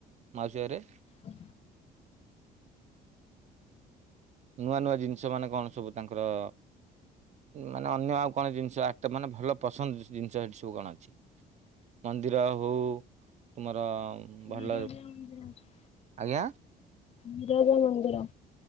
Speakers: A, on the right; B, on the left.
A: ମାଉସୀ ଘରେ
B: ହ
A: ନୂଆ ନୂଆ ଜିନିଷ ମାନେ କଣ ସବୁ ତାଙ୍କର ମାନେ ଅନ୍ୟ ଆଉ କଣ ଜି‌ନିଷ ଆଟ୍ ମାନେ ଭଲ ପସନ୍ଦ ଜିନି‌ଷ ଏଠି ସବୁ କଣ ଅଛି ମନ୍ଦିର ହଉ ତୁମର ଭଲ
B: ବିରଜା ମନ୍ଦିର ଅଛି
A: ଆଜ୍ଞା
B: ବିରଜା ମନ୍ଦିର